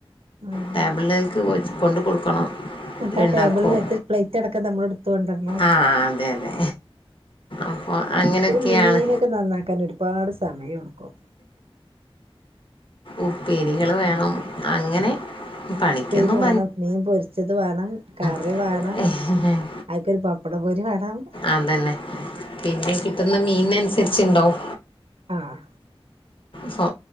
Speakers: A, on the right; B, on the left.
A: ആഹ്
B: ടാബ്‌ലെക്ക് പോയ്‌ കൊണ്ട് കൊടുക്കണം
A: ന്ന്ട്ടാ
B: ഉണ്ടാക്കും
A: ടേബിൾ ഓല് വയ്ച്ച പ്ലെയ്റ്റ് അടക്കം നമ്മൾ എടുത്ത് കൊണ്ടരണം
B: ആ അതെ അതെ അപ്പോൾ അങ്ങനെയൊക്കെയാണ്
A: ഒരു മീൻ ഒക്കെ നന്നാക്കാൻ ഒരു പാട് സമയടുക്കും
B: ഉപ്പേരികൾ വേണം അങ്ങനെ പണിക്കൊന്നും
A: പ്പേരി വേണം മീൻ പൊരിച്ചത് വേണം കറി
B: പപ്പട
A: വേണം
B: പൊരി വേണം
A: അയിക്കൊരു പപ്പട പൊരി വേണം
B: അതന്നെ പിന്നെ കിട്ടുന്ന മീൻ ന് അനുസരിച്ച് ണ്ടാവും
A: ആഹ്
B: സോ